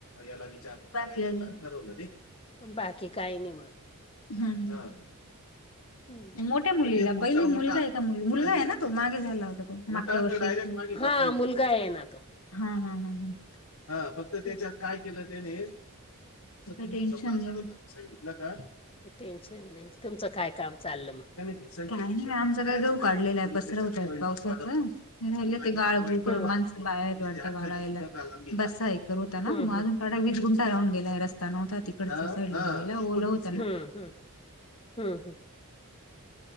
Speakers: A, on the left (about 65°); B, on the left (about 25°).
A: याला विचारलंबाकी अणि ठरवलं.
B: बाकी काही नाही मग.
A: हम हम.
B: हम्म.
A: मोठ्या मुलीला पहिली मुलगा आहे का मुलगा आहे ना तो मागे झाला होता तो. मागच्या वर्षी
B: हा मुलगा
A: <inaudible>
B: आहे ना तो.
A: ह ह ह हा फक्त त्याच्यात
B: हम्म.
A: काय केलं त्याने. टेन्शन आलं <inaudible>
B: टेन्शन नाही तुमचं काय काम चाललं मग.
A: का नाही आमच काय गहू काढलेलं आहे पसरवत आहेत पावसाच राहिल ते.
B: हं.
A: माणसं बाहेर आहेत भरायला बसा हे करू त्यांना
B: हं,
A: मगं
B: हं.
A: <inaudible> काड वीस गुंट राहून गेलाय रस्ता नव्हता तिकड साईडला लई ओल हो- <unintelligible>
B: हं, हं. हं, हं.